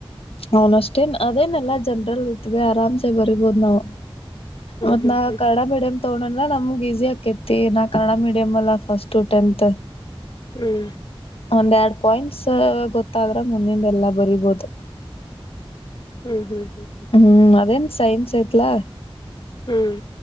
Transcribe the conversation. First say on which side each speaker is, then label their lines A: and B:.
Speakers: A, on the left; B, on the left.
A: ಅವ್ನ್ ಅಷ್ಟೇನ್ ಅದೇನೆಲ್ಲಾ ಜನ್ರಲ್ ಇತ್ವಿ ಆರಾಮ್ಸೆ ಬರಿಬೋದ್ ನಾವ್ ಮತ
B: ಹ್ಮ್
A: ನಾವ
B: ಹ್ಮ್
A: ಕನ್ನಡ ಮೀಡಿಯಂ ತೋಲ್ಲ ನಮ್ಗ್ ಈಸಿ ಆಾಕೈತಿ ನಾ ಕನ್ನಡ ಮೀಡಿಯಮ್ ಎಲ್ಲ ಫಸ್ಟ್ ಟೆಂತ್
B: ಹ್ಮ್
A: ಒಂದ್ ಎರಡ್ ಪಾಯಿಂಟ್ಸ್ ಗೊತ್ತಾದ್ರೆ ಮುಂದಿಂದ ಎಲ್ಲಾ ಬರಿಬೋದು <inaudible>
B: ಹ್ಮ್ ಹ್ಮ್ ಹ್ಮ್ ಹ್ಮ್
A: ಹ್ಮ್ ಅದೇನ್ ಸೈನ್ಸ್ ಆಯ್ತು ತಲಾ
B: ಹ್ಮ್